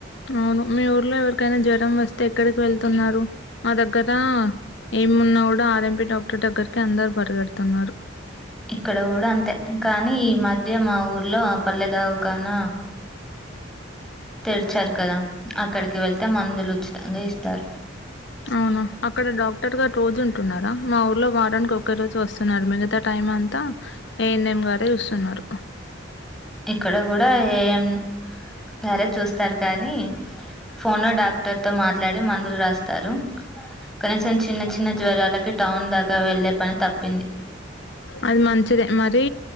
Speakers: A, on the left; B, in the centre.
A: అవును మీ ఊర్లో ఎవరికైనా జ్వరం వస్తే ఎక్కడికి వెళ్తున్నారు మా దగ్గర ఏమున్నా కూడా ఆర్ఎంబి డాక్టర్ దగ్గరకి అందరు పరిగెడుతున్నారు
B: ఇక్కడ కూడా అంతే కానీ ఈ మధ్య మా ఊర్లో పల్లెదావ కాన
A: <inaudible>
B: తెరిచారు కదా అక్కడికి వెళ్తే మందులు ఉచితంగా ఇస్తారు
A: అవునా అక్కడ డాక్టర్ గారు రోజు ఉంటున్నారా మా ఊర్లో వారానికి ఒకే రోజు వస్తున్నారు మిగతా టై అంతా ఏఎన్ఎం గారే చూస్తున్నారు
B: ఇక్కడ కూడా ఏం సరే చూస్తారు కానీ ఫోన్ లో డాక్టర్ తో మాట్లాడి మందులు రాస్తారు కనీసం చిన్న చిన్న జ్వరాలకి టౌన్ దాకా వెళ్లే పని తప్పింది
A: అది మంచిదే మరి